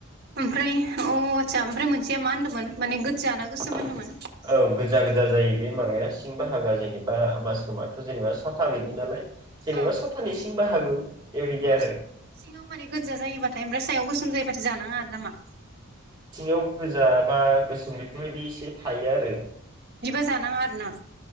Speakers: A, on the right (about 45°); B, on the right (about 20°).
A: ओमफ्राय अ आत्सा ओमफ्राय मोनसेया मा होनदोंमोन माने गोदजा ना गोसोम
B: औ
A: होनदोंमोन
B: गोजा गोजा जायो बे माबाया सिं बाहागा जेनेबा मासरुमाथ' जेनेबा साथा बिायदि नालाय जेनेबा
A: औ
B: सपतानैसिम बाहागो बेबायदि
A: औ
B: आरो।
A: सिङाव माने गोजा जायोबाथाय ओमफ्राय सायाव गोसोम जायोबाथाय जानाङा आरो नामा
B: औ गोजा बा गोसोम बेफोरबायदि एसे थायो आरो
A: बिबा जानाङा आरो ना